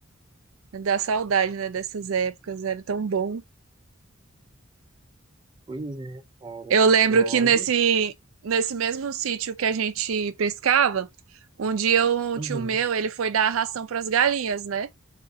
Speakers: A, on the right; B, on the right.
A: Dá saudade, né, dessas épocas, era tão bom.
B: pois é, cara,
A: Eu lembro
B: porque olha.
A: que nesse, nesse mesmo sítio que a gente pescava, um dia eu- um
B: Uhum,
A: tio meu, ele foi dar ração pras galinhas, né?